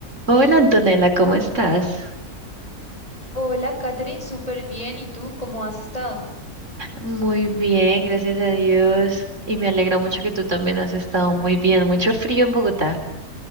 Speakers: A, on the right (about 55°); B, on the left (about 25°).
A: Hola Antonella, ¿cómo estás?
B: Hola, Katherine, súper bien. ¿Y tú cómo has estado?
A: Muy bien, gracias a Dios. Y me alegra mucho que tú también has estado muy bien. Mucho frío en Bogotá.